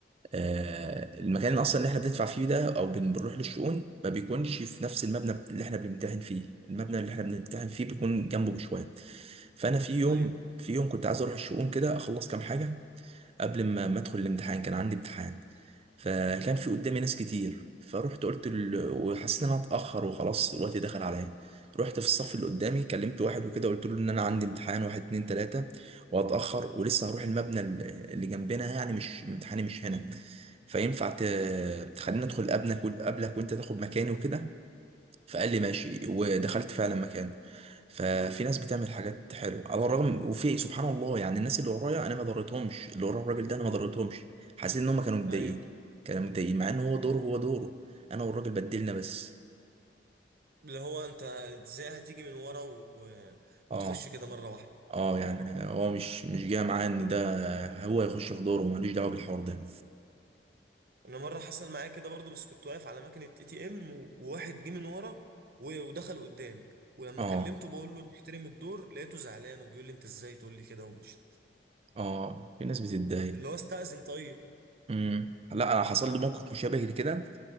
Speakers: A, on the right; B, on the right.
A: آه، المكان اصلا اللي احنا بندفع فيه ده او بن- بنروح للشؤون ما بيكونش في نفس المبنى اللي احنا بنمتحن فيه المبنى اللي احنا بنمتحن فيه بيكون جنبه بشويه فانا في يوم
B: ايوه
A: في يوم كنت عايز اروح الشؤون كده اخلص كام حاجه قبل ما ما ادخل الامتحان كان عندي امتحان فكان في قدامي ناس كتير فروحت قلت ال... وحسيت ان انا اتاخر وخلاص الوقت دخل عليا رحت في الصف اللي قدامي كلمت واحد وكده قلت له ان انا عندي امتحان واحد اتنين تلاته وهتاخر ولسه هروح المبنى ال- اللي جنبنا يعني مش امتحاني مش هنا فينفع ت... تخليني ادخل قبلك قبلك وانت تاخد مكاني وكده فقال لي ماشي ودخلت فعلا مكانه ففي ناس بتعمل حاجات حلوه على الرغم وفي سبحان الله يعني الناس اللي ورايا انا ما ضريتهمش اللي ورا الراجل ده انا ما ضريتهمش حسيت ان هم كانوا متضايقين
B: ايوه
A: كانوا متضايقين مع ان هو دوره هو دوره انا والراجل بدلنا بس
B: اللي هو انت ازاي هتيجي من ورا و...
A: اه
B: وتخش كده مره واحده
A: اه يعني هو مش مش جاي معاه ان ده هو يخش في دوره ملوش دعوه بالحوار ده
B: انا مره حصل معايا كده برضو بس كنت واقف على مكنه اي تي ام وواحد جه من ورا و- ودخل قدامي ولما
A: اه
B: كلمته بقول له محترم الدور لقيته زعلان وبيقول لي انت ازاي تقول لي كده ومش
A: اه في ناس بتتضايق
B: اللي هو استأذن طيب
A: امم لا انا حصل لي موقف مشابه لكده